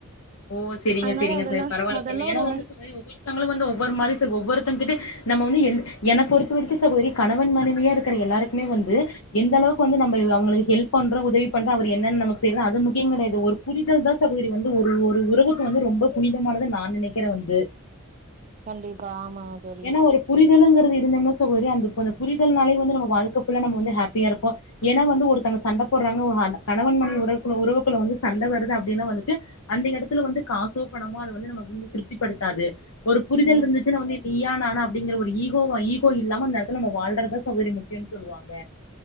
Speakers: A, on the left; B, on the right.
A: ஓ செரிங்க
B: அதனால
A: செரிங்க
B: அதெல்லா
A: சே பரவால
B: அதெல்லா
A: <inaudible> எனா
B: ஒரு
A: வந்து சகோதரி ஒவ்வொரு தங்களு வந்து ஒவ்வொரு மாரி சகோ ஒவ்வொருத்தங்கிட்டே நம்ம வந்து எந் எனப் பொறுத்த வரைக்கு சகோதிரி கணவன் மனைவியா இருக்கிற எல்லாருக் ப்மே வந்து எந்தளவுக்கு வந்து நம்ப இவ் அவுங்கள ஹெல்ப் பண்றோ உதவிப் பண்றோ அவரு என்னென் நமக்கு செய்றது அது முக்கியங் கெடையாது ஒரு புரிதல்தா சகோதரி வந்து ஒரு ஒரு உறவுக்கு வந்து ரொம்ப புனிதமானது நா நெனைக்கிறே வந்து
B: கண்டிப்பா ஆமா தோழி
A: ஏன்னா ஒரு புரிதலுங்கிறது இருந்தம்னா சகோதிரி அந்தப்ப அந்தப் புரிதல்னாலே வந்து நம்ம வாழ்க்க ஃபுல்லா நம்ம வந்து ஹாப்பியா இருப்போ ஏனா வந்து ஒருத்தங்க சண்டப் போர்றாங்க ஒ ஹன் கணவன் மனைவி உறவுக்குள்ள உறவுக்குள்ள வந்து சண்ட வருது அப்டினா வந்துட்டு அந்த எடத்துல வந்து காசோப் பணமோ அத வந்து நமக்கு வந்து திருப்திப்படுத்தாது ஒருப் புரிதல்
B: ம்
A: இருந்துச்சுனா வந்து இப் நீயா நானா அப்டிங்கிற ஒரு ஈகோவா ஈகோ இல்லாம அந்த எடத்துல நம்ம வாழ்றதா சகோதரி முக்கியோன் சொல்லுவாங்க